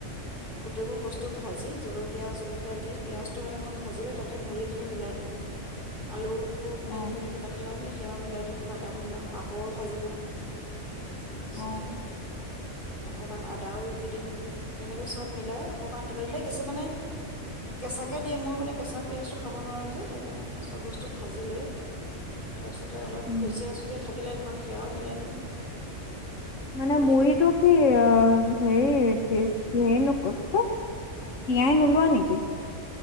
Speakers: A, on the left; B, on the left.
A: গোটেইবোৰ বস্তু ভাজি জলকীয়া চলকীয়া দি পিয়াঁজটো মানে অকণ ভাজি লৈ তাতে মুড়ি খিনি মিলাই দিওঁ। আলুটো মানে
B: অ'
A: মিহি মিহি- কাটি লওঁ যে সেয়াও মিলাই দিওঁ। বাদাম মিলাওঁ, পাপৰো ভাজি লওঁ, তাৰপিছতে
B: অ'।
A: অকমান আদাও ৰুকি দিওঁ তেনেকে চব মিলাই অকমান তেল দি, কিছুমানে কেঁচাকে দিয়ে মই মানে কেঁচা পিয়াজটো খাব নোৱাৰো যে সেইকাৰণে চব বস্তু ভাজি লৈ- তাৰপিছতে অলপ
B: উম,
A: ভুজীয়া চুজিয়া থাকিলে- ঘৰত সেৱাও মিলাই দিওঁ।
B: মানে
A: তেনেকে
B: মুৰিটো
A: খাওঁ
B: কি অ', - হেৰি কি -হেৰি নক- তিয়াই নোলোৱা নেকি?